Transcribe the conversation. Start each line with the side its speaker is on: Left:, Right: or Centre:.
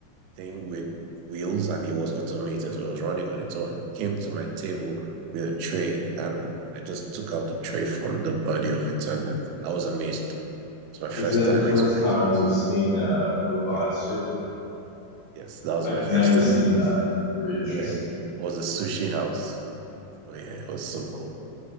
Right: thing with wheels and it was automated. So it was running on its own. Came to my table with a tray and I just took out the tray from the body of it and I was amazed. It's my first
Left: Is that
Right: time
Left: the first
Right: experience.
Left: time you've seen a robot
Right: Yeah.
Left: server like
Right: Yes, that was
Left: that?
Right: my
Left: I've
Right: first
Left: never
Right: time.
Left: <laughs> seen that. That's very interesting.
Right: Yeah, it was a sushi house. Oh yeah, it was so cool.